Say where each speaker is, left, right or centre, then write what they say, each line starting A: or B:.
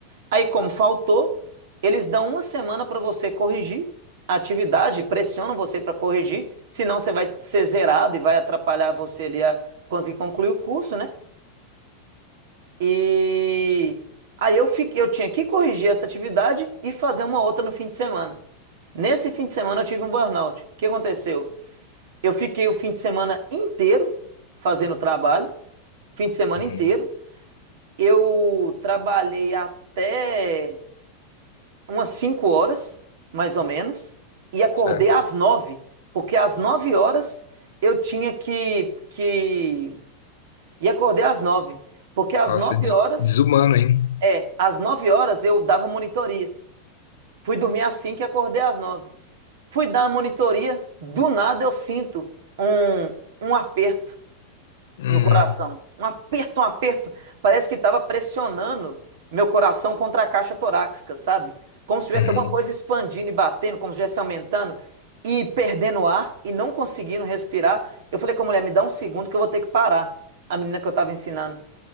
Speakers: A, on the right; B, on the left.
A: Aí, como faltou, eles dão uma semana para você corrigir a atividade, pressionam você para corrigir, senão você vai ser zerado e vai atrapalhar você ali a conseguir concluir o curso, né? E aí eu fiquei, eu tinha que corrigir essa atividade e fazer uma outra no fim de semana. Nesse fim de semana eu tive um burnout. O que aconteceu? Eu fiquei o fim de semana inteiro fazendo trabalho, fim de semana
B: uhum,
A: inteiro. Eu trabalhei até umas 5 horas, mais ou menos, e acordei
B: certo.
A: às 9 porque às 9 horas eu tinha que que e acordei às 9 porque às
B: Nossa,
A: nove
B: des-
A: horas
B: desumano, hein?
A: é, às nove horas eu dava monitoria. Fui dormir às 5 e acordei às 9. Fui dar a monitoria, do nada eu sinto um, um aperto
B: Hum,
A: no coração. Um aperto, um aperto. Parece que estava pressionando meu coração contra a caixa torácica, sabe? Como se tivesse
B: uhum.
A: alguma coisa expandindo e batendo, como se estivesse aumentando e perdendo ar e não conseguindo respirar. Eu falei com a mulher: me dá um segundo que eu vou ter que parar. A menina que eu estava ensinando.